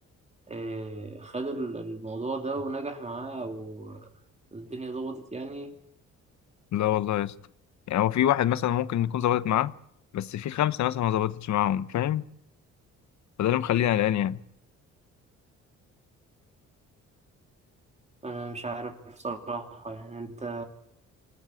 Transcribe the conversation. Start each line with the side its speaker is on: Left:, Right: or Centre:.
Right: آه، خد ال- الموضوع ده ونجح معاه أو الدنيا ضغطت يعني
Left: لا والله يا اسطى يعني هو في واحد مثلا ممكن يكون ظبطت معاه بس في خمسة مثلا ما ظبطتش معاهم فاهم فده اللي مخليني قلقان يعني
Right: أنا مش عارف بصراحة يعني أنت